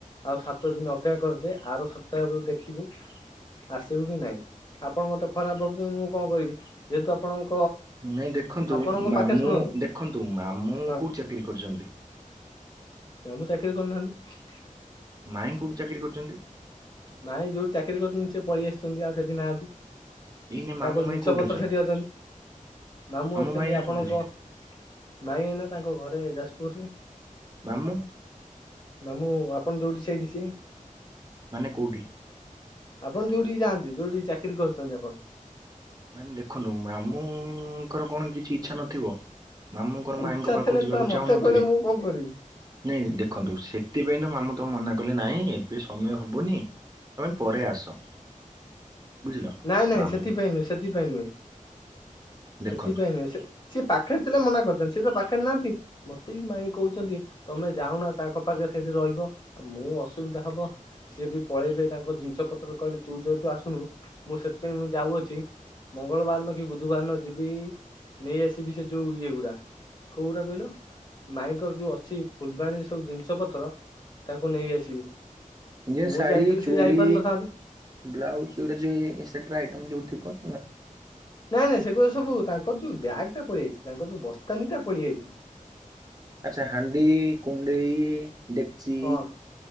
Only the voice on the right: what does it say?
ନାଇଁ ଦେଖନ୍ତୁ
ମାମୁଁ
ଦେଖନ୍ତୁ ମାମୁଁ
କୋଉଠି ଚାକିରି କରିଛନ୍ତି?
ମାଇଁ କୋଉଠି ଚାକିରି କରିଛନ୍ତି?
ଏଇନା ମାମୁଁ
ମାଇଁ କୋଉଠି
ମାଇଁ ଏଇନା
କୋଉଠି ଅଛନ୍ତି
ମାମୁଁ
ମାନେ କୋଉଠି?
ମାନେ ଦେଖନ୍ତୁ ମାମୁଁଙ୍କର କଣ କିଛି ଇଛା ନଥିବ। ମାମୁଁ କଣ ମାଇଁଙ୍କ
ପାଖକୁ
ଯିବାକୁ
ଚାହୁଁନଥିବେ।
ନାଇଁ ଦେଖନ୍ତୁ ସେଥିପାଇଁ ତ ମାମୁ ତ ମନା କଲେ ନାଇଁ ଏବେ ସମୟ ହବନି ତମେ ପରେ ଆସ। ବୁଝିଲ
ମାମୁଁ
ଦେଖନ୍ତୁ
ଯେ
ଶାଢୀ
ଚୁଡ଼ି
ବ୍ଲାଉଜ <inaudible> ଟା ଆଇଟମ୍ ଯେଉଁଥିବ
ଆଚ୍ଛା ହାଣ୍ଡି କୁଣ୍ଣ୍ଡେଇ ଡେକ୍ଚି।